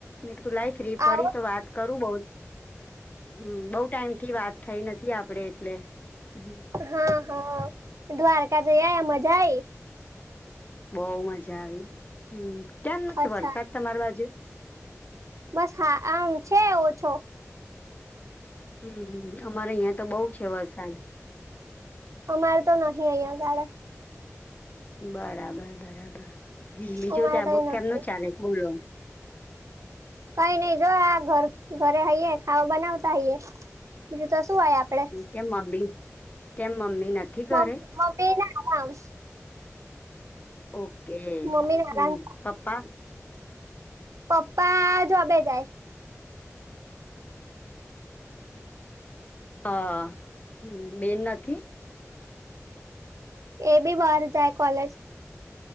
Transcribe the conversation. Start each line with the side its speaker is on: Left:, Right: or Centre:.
Left: મે તું લાઈ ફ્રી પડી
Right: આવો
Left: તો વાત કરું બઉ હમ બઉ ટાઈમ થી વાત થઈ નથી આપડે એટલે હ
Right: હા હા દ્વારકા જઈ આ મજા આ
Left: બહવ મજા આવી હ ત્યામ નથી
Right: અચ્છા
Left: વરસાદ તમાર બાજુ
Right: બસ હા આમ છે ઓછો
Left: હમ હમ અમારે અહીં તો બહુ છે વરસાદ
Right: અમારે તો નહિ અહીં ગાળે
Left: બરાબર બરાબર હ બીજું
Right: અમારે
Left: ત્યાં
Right: કઈ
Left: બુક કેમ
Right: નથી
Left: ન ચાલેોલો
Right: કઈ નઈ જો આ ઘર ઘરે હૈયે ખાવા બનાવતા હઈયએ બીજું તો શું હોય આપડે
Left: કે મમ્મી કેમ મમ્મી નથી ઘરે?
Right: મમ્ મમ્મી ના આરામ
Left: ઓકે
Right: મમ્મી ના
Left: હમ
Right: આરામ
Left: પપા
Right: પપ્પા જબ જાય
Left: હા હ બેન નથી
Right: એ બી બહાર જાય કોલેજ